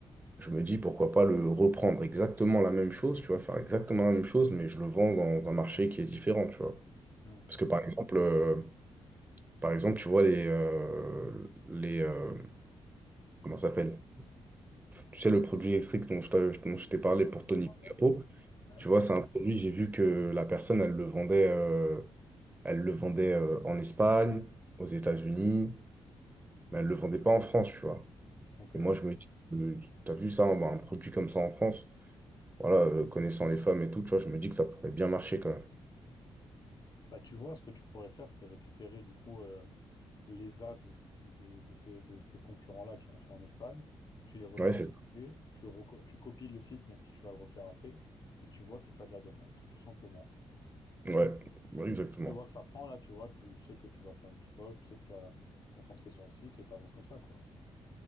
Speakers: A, on the right; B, on the left.
A: je me dis pourquoi pas le reprendre exactement la même chose, tu vois, faire exactement la même chose, mais je le vends dans un marché qui est différent, tu vois.
B: Hmm.
A: Parce que par exemple, euh, par exemple, tu vois les euh, les euh, comment ça s'appelle? Tu sais le produit électrique dont je t'ai dont je t'ai parlé
B: Ouais,
A: pour Tony
B: ouais, ouais.
A: Capo.
B: ouais.
A: Tu vois, c'est un produit, j'ai vu que la personne, elle le vendait, euh, elle le vendait euh, en Espagne, aux États-Unis, mais elle ne le vendait pas en France, tu vois.
B: Ok.
A: Et moi, je me dis, euh, t'as vu ça, un, un produit comme ça en France? Voilà, euh, connaissant les femmes et tout, tu vois, je me dis que ça pourrait bien marcher quand même.
B: Bah, tu vois, ce que tu pourrais faire, c'est récupérer du coup euh, les ads des, de ces, de ces concurrents-là qui ont fait en Espagne. Tu les refais
A: Ouais, c'est
B: en français. Tu, reco- tu copies le site, même si tu vas le refaire après. Et tu vois si tu as de la demande, tout simplement.
A: ouais, ouais, exactement.
B: tu vois que ça prend là, tu vois, tu sais que tu vas faire du stock, tu sais que tu vas te concentrer sur le site et t'avances comme ça, quoi.